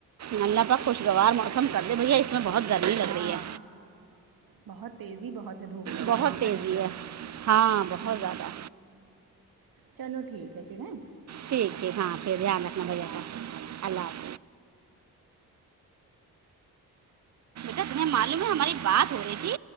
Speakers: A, on the right; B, on the right.
A: ملہ پا خوشگوار موسم کر دے بھیا اس میں بہت گرمی لگ
B: ہاں
A: رہی ہے
B: بہت تیزی بہت دھوپ میں گرماہٹ
A: بہت تیزی
B: ایک دموں
A: ہے ہاں بہت زیادہ
B: چلو ٹھیک ہے پھر ہے
A: ٹھیک ٹھیک ہاں پھر دھیان رکھنا بھیا
B: حافظ
A: کا اللہ حافظ تمہیں معلوم ہے ہماری بات ہو رہی تھی